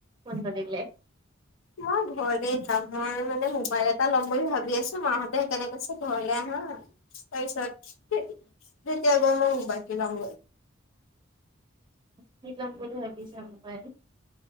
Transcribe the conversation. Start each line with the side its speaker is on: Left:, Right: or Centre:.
Right: বন্ধ দিলে?
Left: মই ঘৰে মই মানে মোবাইল এটা ল'ম বুলি ভাবি আছো, মাহঁতে সেইকাৰণে কৈছে ঘৰলৈ আহা তাৰ পিছত যেতিয়া গৈ মং বাকী লমগৈ।
Right: কি লাম বুলিলে হবিি চম পাই <unintelligible>